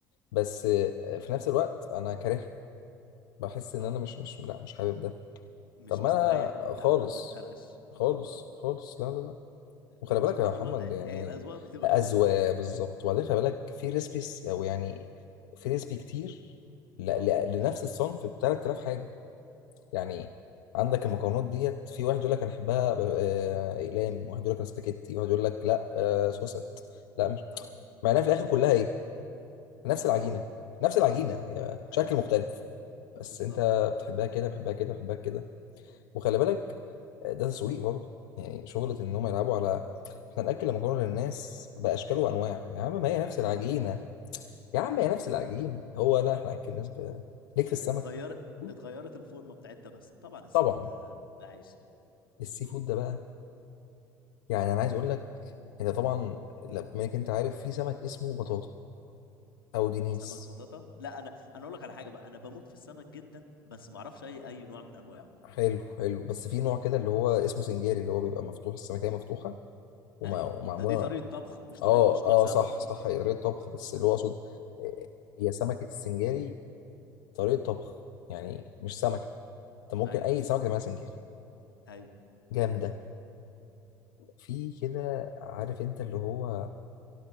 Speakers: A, on the left (about 70°); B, on the left (about 85°).
A: بس آه، في نفس الوقت انا كارهها بحس ان
B: اه
A: انا مش مش لا مش حابب ده
B: مش
A: طب ما
B: مستريح
A: انا
B: وانت
A: خالص
B: عمال بتقرقش
A: خالص
B: اه اه
A: خالص لا لا لا وخلي
B: هو
A: بالك
B: سبحان
A: يا محمد
B: الله الأ-
A: يعني
B: هي الاذواق بتبقى
A: اذواق
B: كده طبعا
A: بالظبط وبعدين خلي بالك في ريسبيس او يعني في ريسبي كتير ل-
B: اه
A: ل- لنفس الصنف ب 3000 حاجه يعني عندك المكرونات ديت في واحد يقول لك انا احبها ب- آه، اقلام واحد يقول لك انا سباكيتي واحد يقول لك لا آه، سوست لا مش
B: اه
A: مع انها في الاخر كلها ايه نفس
B: مكرونه
A: العجينه نفس العجينه
B: ايوه
A: هي شكل
B: ايوه
A: مختلف بس
B: بالظبط
A: انت بتحبها كده بتحبها كده بتحبها كده وخلي بالك ده تسويق برضه يعني شغله ان هم يلعبوا على احنا ناكل المكرونه للناس باشكال وانواع يا عم ما هي
B: بأشكال
A: نفس العجينه
B: مختلفة
A: يا عم
B: أيوه
A: هي نفس العجينه هو لا احنا اكل الناس ب... ليك في السمك
B: اتغير
A: فود؟
B: اتغيرت الفورمة بتاعتها بس طبعا السمك
A: طبعا
B: ده ده عيش
A: السي فود ده بقى يعني انا عايز اقول لك انت طبعا لا، بما انك انت عارف في سمك اسمه بطاطا او دينيس
B: سمك بطاطا لا أنا أنا أقول لك على حاجة بقى أنا بموت في السمك جدا بس ما أعرفش أي أي نوع من أنواعه
A: حلو حلو بس في نوع كده اللي هو اسمه سنجاري اللي هو بيبقى مفتوح السمكية مفتوحة ومع-
B: أيوه
A: ومعموله
B: ده دي طريقة طبخ مش
A: اه
B: طريقة مش
A: اه
B: نوع سمك
A: صح صح هي طريقه طبخ بس اللي هو اقصد آه، هي سمكه السنجاري طريقه طبخ يعني مش سمكه انت ممكن
B: أيوه
A: اي سمكه تعملها سنجاري
B: أيوه
A: جامده في كده عارف انت اللي هو